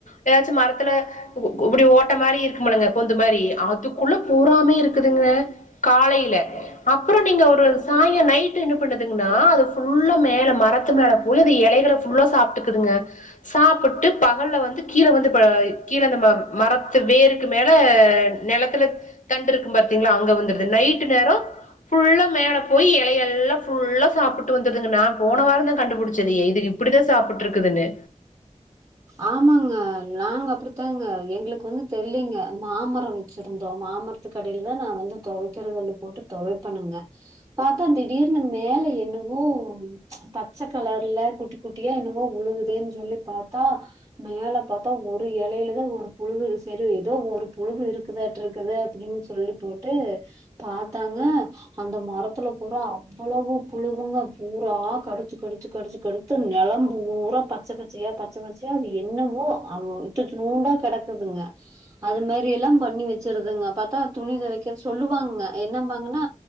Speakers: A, on the left; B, on the right.
A: ஏதாச்சும் மரத்துல இப்டி ஓட்ட மாரி இருக்குமுலங்க பொந்து மாரி அதுக்குள்ள பூறாமே இருக்குதுங்க காலைல அப்றம் நீங்க ஒரு சாய்ங்கம் நைட்டு என்ன பண்ணுதுங்னா அது ஃபுல்லா மேல மரத்து மேல போய் அந்த இலைகள ஃபுல்லா சாப்பிட்டுக்குதுங்க சாப்புட்டு பகல்ல வந்து கீழ வந்து கீழ அந்த மரத்து வேருக்கு மேல நிலத்துல தண்டுருக்கும் பாத்தீங்ளா அங்க வந்துருது நைட்டு நேரம் ஃபுல்லா மேல போய் இலையல்லாம் ஃபுல்லா சாப்புட்டு வந்ருதுங்க நா போன வாரந்தா கண்டுபிடிச்சது இது இப்டிதா சாப்பிட்டுருக்குதுனு
B: ஆமாங்க நாங்க அப்டித்தாங்க எங்ளுக்கு வந்து தெரிலிங்க மாமரம் வச்சிருந்தோ மாமரத்துக்கடிலதா நா வந்து துவைக்கிற கல்லு போட்டு துவைப்பணுங்க பாத்தா திடீர்னு மேல என்னவோ பச்ச கலர்ல குட்டி குட்டியா என்னவோ உழுகுதேன்னு சொல்லி பா த்தா மேல பாத்தா ஒரு இலைலதா ஒரு புழுவு செரு எதோ ஒரு புழுவு இருக்குதாட்ருக்குது அப்டினு சொல்லி போட்டு பாத்தாங்க அந்த மரத்துல பூரா அவ்வளவு புழுவுங்க பூரா கடிச்சு கடிச்சு கடிச்சு கடுத்து நிலம் பூரா பச்ச பச்சையா பச் பச்ச பச்சையா அது என்னவோ த்துத்லூன்டா கிடக்குதுங்க அது மேறிலா பண்ணி வச்சிருதுங்க பாத்தா துணி துவைக்க சொல்லுவாங்க என்னம்பாங்கனா